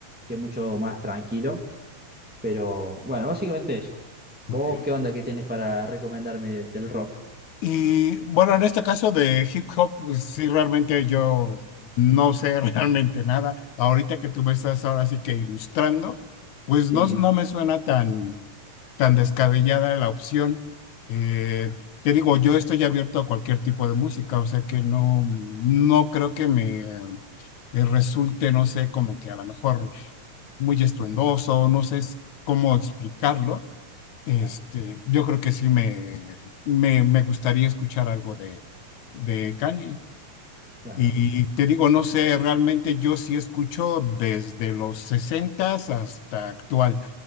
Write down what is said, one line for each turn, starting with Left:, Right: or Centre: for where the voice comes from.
Centre: que es mucho más tranquilo. Pero bueno, básicamente eso. ¿Vos
Left: Ok.
Centre: qué onda que tenés para recomendarme del rock?
Left: Y bueno, en este caso de hip hop, pues sí, realmente yo no sé <laughs> realmente nada. Ahorita que tú me estás ahora sí que ilustrando, pues
Centre: Sí,
Left: no, no me suena tan, tan descabellada la opción. Eh, te digo, yo estoy abierto a cualquier tipo de música, o sea que no, no creo que me eh, resulte, no sé, como que a lo mejor muy estruendoso, no sé s- cómo explicarlo. Este,
Centre: claro,
Left: yo creo que sí me, me, me gustaría escuchar algo de, de Kanye.
Centre: claro,
Left: Y te digo, no sé, realmente yo sí escucho desde los sesentas hasta actual.